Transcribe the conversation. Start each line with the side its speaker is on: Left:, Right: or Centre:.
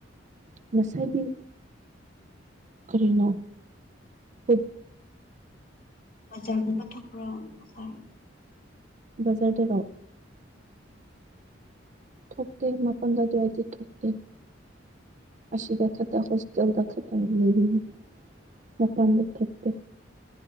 Right: ꯉꯁꯥꯏꯒꯤ ꯀꯔꯤꯅꯣ ꯄꯨꯛ
Left: ꯕꯖꯥꯔꯒꯨꯝꯕ ꯊꯣꯛꯄ꯭ꯔꯣ ꯅꯈꯣꯏ
Right: ꯕꯖꯥꯔꯗꯔꯣ ꯊꯣꯛꯇꯦ ꯃꯥꯄꯜ ꯑꯗꯨꯋꯥꯏꯗꯤ ꯊꯣꯛꯇꯦ ꯑꯁꯤꯗ ꯈꯛꯇ ꯍꯣꯁꯇꯦꯜꯗ ꯈꯛꯇ ꯂꯩꯕꯅꯦ ꯃꯄꯥꯟꯗ ꯊꯣꯛꯇꯦ